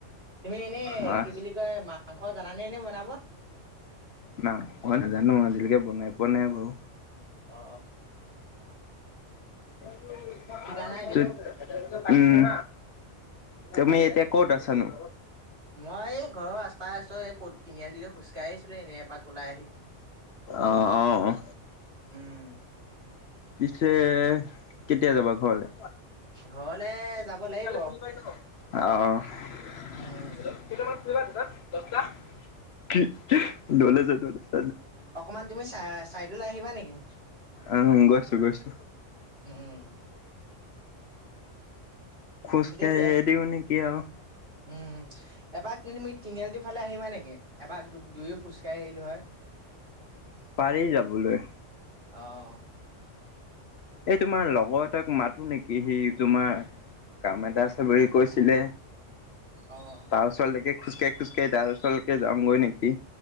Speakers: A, on the right; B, on the left.
A: তুমি এনেই
B: মাছ
A: কি বুলি কয় মা- মাংস জানানে ইনে বনাব?
B: নাই মই নাজানো আজিলৈকে বনাই পোৱা নাই বাৰু।
A: অ।
B: <unintelligible>
A: শিকা নাই তুমি?
B: ত- উম, তুমি এতিয়া ক'ত আছানো?
A: মই এই ঘৰৰ ৰাস্তা ওচৰৰ এই তিনিআলি খোজ কাঢ়িছিলো ইনে এপাক ওলাই আহি
B: অ অ
A: উম।
B: পিছে কেতিয়া যাবা ঘৰলে?
A: ঘৰলে-
B: অ।
A: যাব লাগিব।
B: <unintelligible>
A: উম,
B: <unintelligible> য'ত-ত'ত
A: অকণমান তুমি চাই-চাইডলৈ আহিবা নেকি?
B: অ', গৈছোঁ, গৈছোঁ।
A: উম,
B: খোজ
A: এতিয়া
B: কাঢ়িয়ে
A: পে
B: দিওঁ নেকি‌‌ আৰু।
A: উম, এপাক তুমি তিনিআলিটো ফালে আহিবা নেকি? এপাক দু-দুয়ো খোজকাঢ়ি আহিলোঁ হয়।
B: পাৰি যাবলৈ।
A: অ'।
B: এই তোমাৰ লগৰ এটাক মাতো নেকি? সি তোমাৰ কাম এটা আছে বুলি কৈছ চিলে
A: অ'।
B: তাৰ ওচৰ লৈকে খোজকাঢ়ি, খোজকাঢ়ি তাৰ ওচৰলৈকে যাওঁগৈ নেকি।